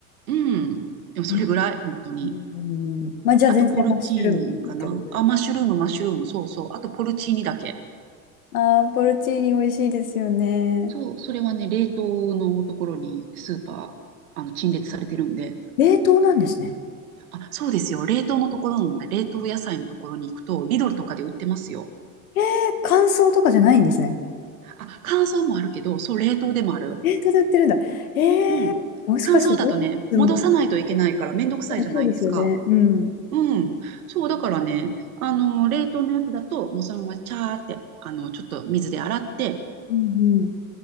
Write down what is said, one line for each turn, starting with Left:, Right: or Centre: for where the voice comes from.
Right: うん。でもそれぐらい、
Left: うん
Right: 本当に。
Left: うんうんうん、まあじゃあ全然マッシュルームでいいってことです。
Right: あと、ポルチーニかな。あ、マッシュルーム、マッシュルーム、そうそう。あと、ポルチーニだけ。
Left: ああ、ポルチーニ美味しいですよね。
Right: そう、それはね、冷凍のところにスーパー、あの、陳列されてるんで。
Left: 冷凍なんですね。
Right: あ、そうですよ。冷凍のところのね、冷凍野菜のところに行くと、リドルとかで売ってますよ。
Left: えー、乾燥とかじゃないんですね。
Right: あ、乾燥もあるけど、そう、冷凍でもある。
Left: 冷凍で売ってるんだ。えー、
Right: うん。
Left: もしかしてドイツも、
Right: 乾燥だとね、戻さないといけないからめんどくさいじゃないですか。
Left: ねそうですよね。うん。
Right: うん。そう、だからね、あの、冷凍のやつだと、もうそのままチャーって、あの、ちょっと水で洗って、
Left: うんうん。